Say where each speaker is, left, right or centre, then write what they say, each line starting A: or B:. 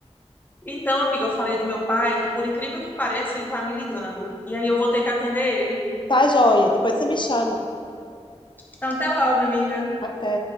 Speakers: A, on the left; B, on the left.
A: Então, amiga, eu falei do meu pai e por incrível que pareça, ele tá me ligando. E aí eu vou ter que atender ele.
B: Tá, joia, depois você me chama.
A: Então, até logo, amiga.
B: Até.